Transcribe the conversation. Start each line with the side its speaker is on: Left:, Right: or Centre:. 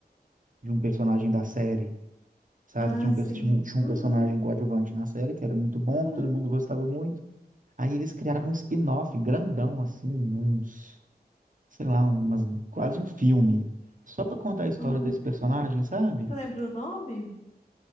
Right: de um personagem da série, sabe?
Left: Ah,
Right: Tinha um,
Left: sim.
Right: pe- tinha um, tinha
Left: Uhum,
Right: um personagem coadjuvante na série que era muito bom,
Left: uhum.
Right: que todo mundo gostava muito. Aí eles criaram um spin-off grandão, assim, uns. sei lá, umas, quase um filme, só pra contar a história
Left: Ah,
Right: desse personagem, sabe?
Left: você lembra o nome?